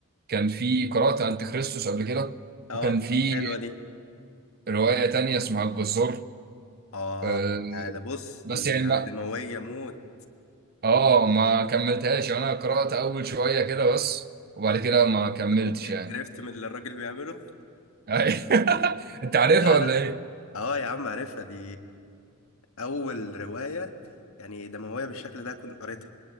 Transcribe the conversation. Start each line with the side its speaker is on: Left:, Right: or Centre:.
Right: كان في قرات انت خريستوس قبل كده
Left: اه
Right: وكان في
Left: حلوة دي
Right: روايه تانية اسمها الجزار
Left: اه
Right: آه،
Left: آه، ده بص
Right: بس
Left: دي
Right: يعني
Left: ده-
Right: ما
Left: دموية موت
Right: اه ما كملتهاش يعني انا قرأت اول شوية كده بس وبعد كده ما كملتش
Left: <laughs>
Right: يعني
Left: عرفت من اللي الراجل بيعمله؟
Right: <laughs> انت عارفها
Left: لا
Right: ولا
Left: لا
Right: ايه
Left: اه يا عم عارفها دي اول رواية يعني دموية بالشكل ده كنت قريتها